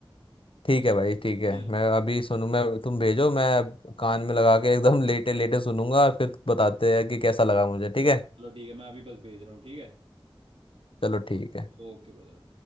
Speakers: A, on the left; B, on the right.
A: ठीक है भाई ठीक है
B: ठीक
A: मैं अभी सुनू मैं तुम भेजो मैं अब कान में लगा के एकदम लेटे लेटे
B: है
A: सुनूंगा
B: हाँ
A: और फिर बताते हैं कि कैसा लगा मुझे ठीक है
B: चलो ठीक है मैं अभी बस भेज रहा हूँ ठीक है
A: चलो ठीक है
B: Okay brother